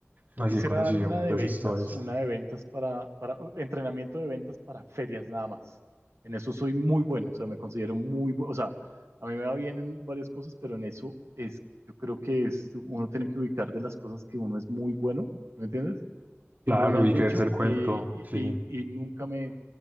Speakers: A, on the right (about 80°); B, on the right (about 40°).
A: Yo
B: Así
A: quisiera
B: he conocido
A: dar una
B: muchas
A: de ventas,
B: historias.
A: una de ventas para, para uh, entrenamiento de ventas para ferias nada más. En eso soy muy bueno, o sea, me considero muy bueno, o sea, a mí me va bien en varias cosas, pero en eso es, yo creo que es, uno tiene que ubicar de las cosas que uno es muy bueno, ¿sí ¿me entiendes? siempre
B: Claro,
A: me han
B: y
A: dicho
B: creerse el cuento,
A: y,
B: sí.
A: y, y nunca me, o